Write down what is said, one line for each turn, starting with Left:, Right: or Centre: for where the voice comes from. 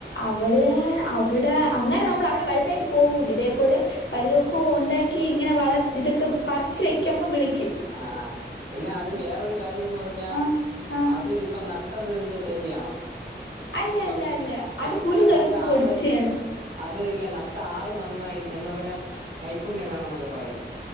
Left: അ വിടെ അവടെ അങ്ങനെ നമ്മൾ അവിടെ വലുതായിട്ട് പോകൂലാ ഇതേപോലെ വല്ലതൊക്കെ ഉണ്ടാക്കി ഇങ്ങനെ വള ഇതക്കെ പറച്ച് വെക്കുമ്പോ വിളി
Right: ആഹ് ആഹ് പിന്നെ അത് വേറൊരു കാര്യന്ന് പറഞ്ഞാ
Left: ആഹ് ആഹ്
Right: അത് ഇപ്പ നട്ടത് നിന്റെ ചേച്ചിയാണോ?
Left: അല്ല
Right: ഇപ്പം
Left: അല്ല അല്ല അത്
Right: നട്ട
Left: കുരു കടന്ന്
Right: നട്ട
Left: പൊടിച്ചയാണ്
Right: ആള് അത് ഇല്ല നട്ട ആള് നന്നായിരി എന്ന് പറഞ്ഞാ കൈപ്പുണ്യം വേണം എന്നൊക്കെ പറയും.